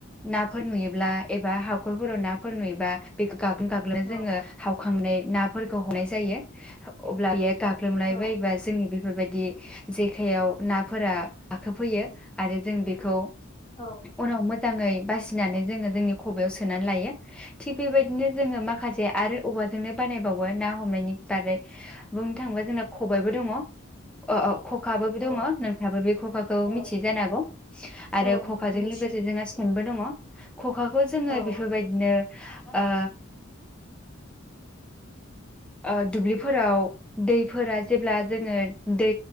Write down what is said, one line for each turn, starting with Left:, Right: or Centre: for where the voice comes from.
Centre: नाफोर नुयोब्ला एबा हाखरफोराव नाफोर नुयोबा बेख गागोम गागोमनो
Left: औ
Centre: जोङो हावखांनाय नाफोरखौ हनाय जायो अब्ला गाग्लोबलायबायायोबा
Left: औ
Centre: जोंनि बे बेफोरबायदि जेखायाव नाफोरा गाखोफैयो आरो जों बेखौ
Left: औ
Centre: उनाव मोजाङै बासिनानै जोङो जोंनि खबयाव सोनानै लायो थिग बेबायदि बिदिनो जोङो माखासे आरो औवा जोंनो बानायबावो ना हमनायनि बारै बुंनो थाङोबा जोंना खबायबो दङ औ औ खखाबो
Left: औ
Centre: दङ नोंथाङाबो बे खखाखौ
Left: औ
Centre: मिथियो जानो हागौ आरो
Left: औ
Centre: खखाजों
Left: नों मिथियो
Centre: लोगोसे जोंहा सेनबो दङ खखाखौ जोङो
Left: औ
Centre: बेफोरबायदिनो
Left: औ
Centre: ओ ओ दुब्लिफोराव दैफोरा जेब्ला जोङो दै